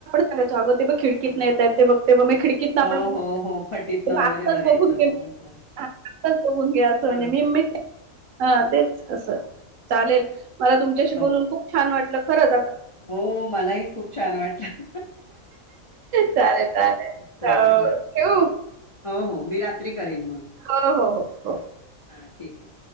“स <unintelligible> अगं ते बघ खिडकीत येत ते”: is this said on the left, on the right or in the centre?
Right